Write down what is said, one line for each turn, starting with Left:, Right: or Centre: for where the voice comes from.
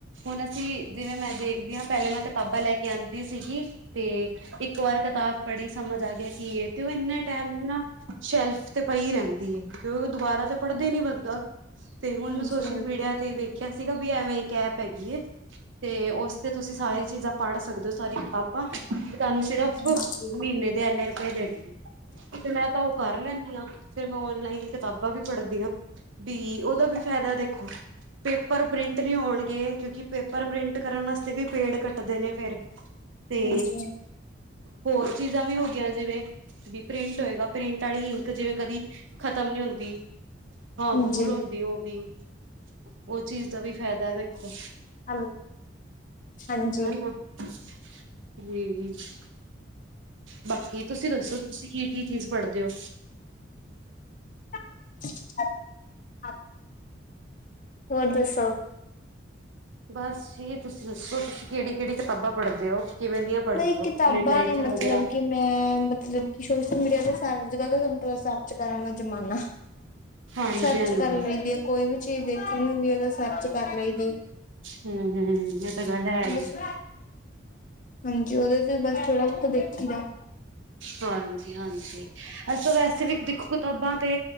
Right: ਹੁਨ ਅਸੀ ਜਿਵੇਂ ਮੈਂ ਦੇਖਦੀ ਆਂ, ਪੈਹਲੇ ਮੈਂ ਕਿਤਾਬਾਂ ਲੈ ਕੇ ਆਂਦੀ ਪੜੀ ਸੀਗੀ, ਤੇ ਇੱਕ ਵਾਰ ਕਿਤਾਬ ਪੜੀ ਸਮਜ ਆ ਗਯਾ ਕਿ ਏ ਤੇ ਏਨੇ ਟਾਈਮ ਨਾ ਸ਼ੈਲਫ ਤੇ ਪਈ ਰੈਂਦੀ ਏ, ਕਿਉਂਕਿ ਓ ਦੁਬਾਰਾ ਤੋ ਪੜਦੇ ਨੀ ਬੰਦਾ, ਤੇ ਹੁਨ
Left: ਹਾਂਜੀ-ਹਾਂਜੀ।
Right: ਮੈਂ ਸੋਸ਼ਲ ਮੀਡੀਆ ਤੇ ਵੇਖਯਾ ਸੀਗਾ, ਵੀ ਐਵੇਂ ਇੱਕ ਐਪ ਹੈਗੀ ਏ ਤੇ ਉਸ ਤੇ ਤੁਸੀਂ ਸਾਰੀ ਚੀਜ਼ਾਂ ਪੜ੍ਹ ਸਕਦੇ ਹੋ ਸਾਰੀ ਕਿਤਾਬਾਂ ਤੇ ਤੁਹਾਨੂੰ ਸਿਰਫ
Left: ਹਾਂਜੀ,
Right: ਮਹੀਨੇ ਦੇ ਇੰਨੇ ਰੁਪਏ ਦੇਣੇ ਤੇ ਮੈਂ ਤਾਂ ਉਹ ਕਰ ਲੈਂਨੀ ਆਂ, ਫੇਰ ਮੈਂ ਔਨਲਾਈਨ ਈ ਕਿਤਾਬਾਂ ਵੀ ਪੜ੍ਹਦੀ ਆਂ। ਤੇ ਉਹਦਾ ਵੀ ਫ਼ਾਇਦਾ ਦੇਖੋ ਪੇਪਰ ਪ੍ਰਿੰਟ ਨਹੀਂ ਹੋਣਗੇ, ਕਿਉਂਕਿ ਪੇਪਰ ਪ੍ਰਿੰਟ ਕਰਨ ਵਾਸਤੇ ਵੀ ਪੇੜ ਕੱਟਦੇ ਨੇ ਫੇਰ। ਤੇ
Left: ਹਾਂਜੀ,
Right: ਹੋਰ ਚੀਜ਼ਾਂ ਵੀ ਹੋਗਿਆਂ ਜਿਵੇਂ ਵੀ ਪ੍ਰਿੰਟ ਹੋਏਗਾ, ਪ੍ਰਿੰਟ ਵਾਲੀ ਇੰਕ ਜਿਵੇਂ ਕਦੀ ਖਤਮ ਨੀ ਹੁੰਦੀ। ਹਾਰਮਫੁੱਲ
Left: ਹਾਂਜੀ,
Right: ਹੋਂਦੀ ਉਹ ਵੀ, ਉਹ ਚੀਜ਼ ਦਾ ਵੀ ਫਾਇਦਾ ਹੈ ਦੇਖੋ
Left: ਹੈਲੋ, ਹਾਂਜੀ।
Right: ਹਨਾ ਜੀ ਬਾਕੀ ਤੁਸੀਂ ਦੱਸੋ, ਤੁਸੀਂ ਕੀ ਕੀ ਚੀਜ਼ ਪੜ੍ਹਦੇ ਹੋ?
Left: <unintelligible> ਹੋਰ ਦੱਸੌ
Right: ਬਸ ਜੀ ਤੁਸੀਂ ਦੱਸੋ, ਤੁਸੀਂ ਕਿਹੜੀ ਕਿਹੜੀ ਕਿਤਾਬਾਂ ਪੜ੍ਹਦੇ ਹੋ ਕਿਵੇਂ ਦੀਆਂ ਪੜ੍ਹਦੇ
Left: ਨਹੀਂ
Right: ਹੋ
Left: ਕਿਤਾਬਾਂ
Right: ਲਿਟਰੇਚਰ
Left: ਨੀ ਮਤਲਬ
Right: ਵਗੈਰਾ
Left: ਕਿ ਕਿ ਮੈਂ ਮਤਲਬ ਕਿ ਸੋਸ਼ਲ ਮੀਡੀਆ ਦਾ ਸਾਰੇ ਜਗਾਂਹ ਦਾ ਰਿਸਰਚ ਕਰਨ ਦਾ ਜ਼ਮਾਨਾ
Right: ਹਾਂਜੀ
Left: ਸਰਚ
Right: ਹਾਂਜੀ
Left: ਕਰਨ ਲਈ ਦੀ ਹੈ, ਕੋਈ ਵੀ ਚੀਜ਼ ਦੇਖਣੀ ਹੁੰਦੀ ਹੈ। ਸਰਚ ਕਰ ਲਈ ਦੀ,
Right: ਹੂੰ ਹੂੰ ਇਹ ਤਾਂ ਗੱਲ ਹੈ ਹੀ
Left: ਬਸ ਹਾਂਜੀ ਉਹਦੇ ਤੇ ਬਸ ਥੋੜਾ ਬਹੁਤ ਦੇਖੀ ਦਾ
Right: ਹਾਂਜੀ ਹਾਂਜੀ ਅੱਛਾ ਵੈਸੇ ਵੀ ਦੇਖੋ ਕਿਤਾਬਾਂ ਤੇ